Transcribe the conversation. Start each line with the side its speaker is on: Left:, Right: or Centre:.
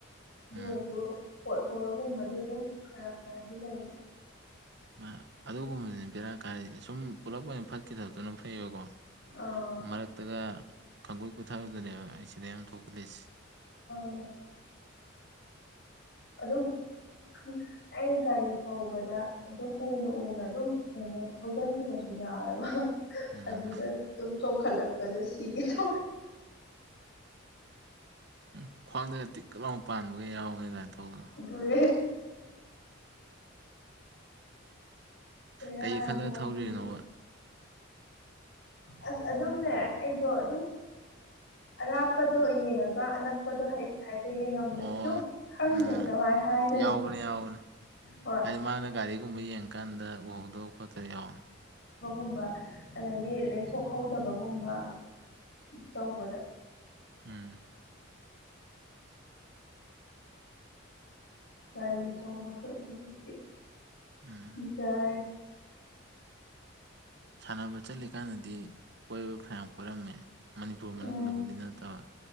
Left: ꯑꯗꯨꯑꫭꯏꯔꯁꯨ
Right: ꯎꯝ
Left: ꯍꯣꯠ ꯍꯣꯒꯨꯝꯕꯗꯤ ꯑꯗꯨꯝ ꯈꯔ ꯈꯔꯗꯤ ꯂꯩꯔꯦ꯫
Right: ꯑ ꯑꯗꯨꯒꯨꯝꯕꯗꯨꯅꯤ ꯕꯦꯔꯥ ꯀꯥꯏꯔꯗꯤ ꯁꯨꯝ ꯄꯨꯂꯞ ꯑꯣꯏꯅ ꯐꯠꯈꯤꯗꯕꯗꯨꯅ ꯐꯩꯌꯦꯕꯀꯣ꯫
Left: ꯑꯥ
Right: ꯃꯔꯛꯇꯒ ꯈꯪꯒꯣꯏ ꯀꯨꯊꯕꯗꯅꯦꯕ ꯑꯦꯛꯁꯤꯗꯦꯟ ꯌꯥꯃ ꯊꯣꯛꯍꯜꯂꯤꯁꯦ꯫
Left: <unintelligible> ꯑꯗꯨ ꯑꯗꯨꯝ ꯑꯩ ꯒꯥꯔꯤ ꯊꯧꯕꯗ ꯑꯗꯨꯝ ꯎꯅ ꯎꯅ ꯑꯗꯨꯝ ꯀꯩꯅꯣ ꯊꯧꯖꯤꯟꯈꯤꯕꯁꯨ ꯌꯥꯑꯦꯕ
Right: ꯎꯝ
Left: ꯑꯗꯨꯗ ꯑꯗꯨꯝ ꯆꯣꯡꯈꯠꯂꯛꯄꯗ ꯁꯤꯒ ꯇ
Right: ꯎ ꯈꯅꯗꯤ ꯀꯂꯥꯎ ꯄꯥꯟꯕꯒ ꯌꯥꯎꯅꯤ ꯑꯗꯨꯃꯥꯏꯅ ꯇꯧꯕꯗꯣ
Left: ꯑꯗꯨꯅꯦ ꯍ ꯌꯥꯅꯤ
Right: ꯀꯩ ꯈꯜꯂꯒ
Left: ꯂꯕꯤꯗꯤ
Right: ꯊꯧꯔꯤꯅꯣꯕ
Left: ꯑꯁ ꯑꯗꯨꯝꯅꯦ ꯑꯩꯗꯣ ꯑꯗꯨꯝ ꯑꯔꯥꯞꯄꯗꯣ ꯌꯦꯡꯉꯒ ꯑꯅꯛꯄꯗꯣ ꯍꯥꯏꯐꯦꯒꯦ ꯉꯝꯗ
Right: ꯑꯣ
Left: ꯑꯗꯨꯝ ꯈꯪꯗꯦ
Right: ꯑꯥ
Left: ꯀꯃꯥꯏꯅ ꯍꯥꯏꯗꯣꯏꯅꯣ
Right: ꯌꯥꯎꯕꯅꯦ ꯌꯥꯎꯕꯅꯦ
Left: ꯍꯣꯏ
Right: ꯍꯥꯏꯗꯤ ꯃꯥꯅ ꯒꯥꯔꯤꯒꯨꯝꯕ ꯌꯦꯡꯀꯥꯟꯗ ꯎꯍꯧꯗꯕ ꯈꯣꯠꯇꯕ ꯌꯥꯎꯅꯤ
Left: ꯨꯝꯕ ꯑꯗꯒꯤ ꯂꯩꯊꯣꯛꯍꯧꯗꯕꯒꯨꯝꯕ ꯇꯧꯕꯗ
Right: ꯎꯝ
Left: ꯒꯥꯔꯤ ꯊꯧꯕꯁꯨ ꯍꯧꯖꯤꯛꯇꯤ
Right: ꯎꯝ
Left: ꯏꯇꯥꯔꯦ
Right: ꯁꯥꯟꯅꯕ ꯆꯠꯂꯤꯀꯥꯟꯗꯗꯤ ꯀꯣꯏꯕ ꯈꯔ ꯌꯥꯝ ꯀꯣꯏꯔꯝꯃꯦ ꯃꯅꯤꯄꯨꯔ ꯃꯅꯨꯡꯗꯕꯨꯗꯤ
Left: ꯎꯝ
Right: ꯅꯠꯇꯕ